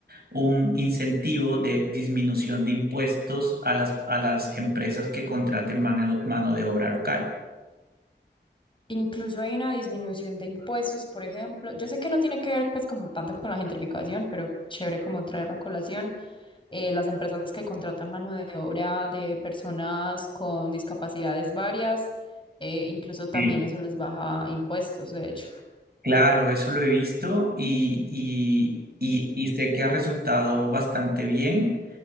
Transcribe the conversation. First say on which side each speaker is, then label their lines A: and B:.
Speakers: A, on the right; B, on the left.
A: un incentivo de disminución de impuestos a las, a las empresas que contraten mano, mano de obra local.
B: Incluso hay una disminución de impuestos, por ejemplo. Yo sé que no tiene que ver pues como tanto con la gentrificación, pero chévere como traerlo a colación. Eh, las empresas que contratan mano de obra de personas con discapacidades varias, eh, incluso también
A: Sí.
B: eso les baja impuestos, de hecho.
A: Claro, eso lo he visto y, y, y, y sé que ha resultado bastante bien.